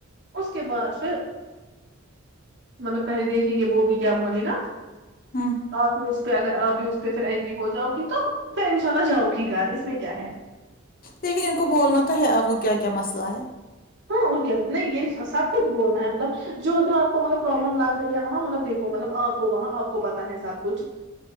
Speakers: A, on the right; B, on the left.
A: اس کے بعد پھر مطلب پہلے دیکھیں گے وہ بھی کیا بولے گا
B: ہوں
A: بعد میں اس پہ اگر آپ بھی اس پہ پھر ایگری ہو جاؤ گی تو پھر انشاء اللہ جاؤ گی گھر اس میں کیا ہے
B: لیکن ان کو بولنا تو ہے آپ کو کیا کیا مسئلہ ہے
A: ہاں اور کیا نہیں یہ سب کچھ بولنا ہے مطلب جو بھی آپ کو مطلب پروبلم لگ رہی ہے وہاں مطلب دیکو مطلب آپ وہ وہاں آپ کو پتا ہے سب کچھ